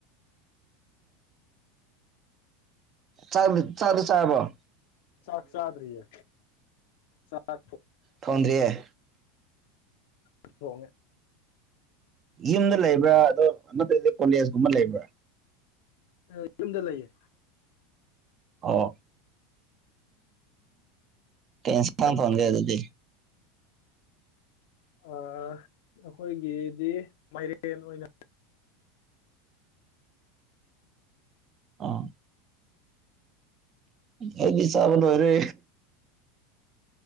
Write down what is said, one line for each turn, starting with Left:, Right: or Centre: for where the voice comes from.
Right: ꯆꯥꯛꯇꯤ ꯆꯥꯛꯇꯤ ꯆꯥꯔꯕꫭ
Left: ꯆꯥꯛꯆꯗ‍꯭ꯔꯤꯌꯦ ꯆꯥꯛꯥ
Right: ꯊꯣꯟꯗ꯭ꯔꯤꯑꯌꯦ
Left: ꯇꯉ <unintelligible>
Right: ꯌꯨꯝꯗ ꯂꯩꯕ꯭ꯔꯥ ꯑꯗꯣ ꯅꯠꯇ ꯀꯣꯂꯦꯖꯀꯨꯝꯕ ꯂꯩꯕ꯭ꯔꯥ
Left: ꯑ ꯌꯨꯝꯗ ꯂꯩꯌꯦ
Right: ꯑꯣ ꯀꯩ ꯏꯟꯁꯥꯡ ꯊꫭꯡꯒ‌ꯦ ꯑꯗꯨꯗꯤ
Left: ꯑꯩꯈꯣꯏꯒꯤꯗꯤ ꯃꯥꯏꯔꯦꯟ ꯑꯣꯏꯅ
Right: ꯑꯥ ꯑꯩꯗꯤ ꯆꯥꯕ ꯂꫭꯏꯔꯦ